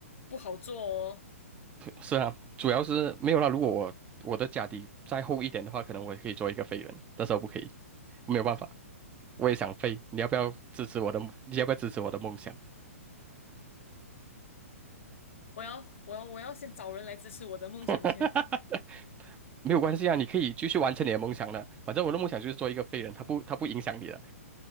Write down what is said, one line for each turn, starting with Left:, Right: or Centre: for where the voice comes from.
Left: 不好做哦，
Right: 是啊，主要是没有啦。如果我我的家底再厚一点的话，可能我也可以做一个废人，但是我不可以，没有办法。我也想飞，你要不要支持我的？你要不要支持我的梦想？
Left: 我要我要我要先找人来支持我的梦想先，
Right: <laughs> 没有关系啊，你可以继续完成你的梦想的。反正我的梦想就是做一个废人，他不他不影响你的，